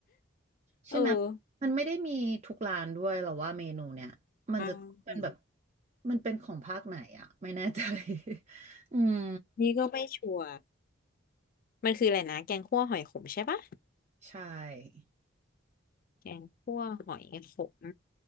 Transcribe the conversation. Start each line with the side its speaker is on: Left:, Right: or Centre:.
Right: ใช่ไหม
Left: <laughs> เออ
Right: มันไม่ได้มีทุกร้านด้วยหรอว่าเมนูเนี่ยมันจะต้องเป็นแบบ
Left: ใช่
Right: มันเป็นของภาคไหนอะไม่แน่ใจ <laughs> อืม
Left: นี่ก็ไม่ชัวร์มันคืออะไรนะแกงคั่วหอยขมใช่ปะ
Right: ใช่
Left: แกงคั่วหอยขม